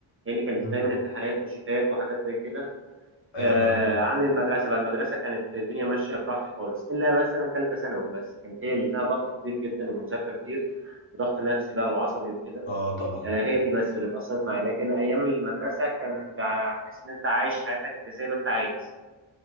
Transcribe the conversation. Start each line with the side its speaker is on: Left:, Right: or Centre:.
Right: يعني كان
Left: مم.
Right: دايما امتحانات وشتات وحاجات زي كده
Left: ايوه
Right: آه،
Left: فاهم
Right: عن المدرسه بقى المدرسه كانت الدنيا ماشيه براحتي خالص الا مثلا ثالثه ثانوي بس كانت هي اللي فيها ضغط كبير جدا ومذاكره كتير وضغط نفسي بقى وعصبي وكده
Left: اه طبعا
Right: آه، هي دي بس اللي اتأثرت معايا لكن ايام المدرسه كنت حاسس ان انت عايش حياتك زي ما انت عايز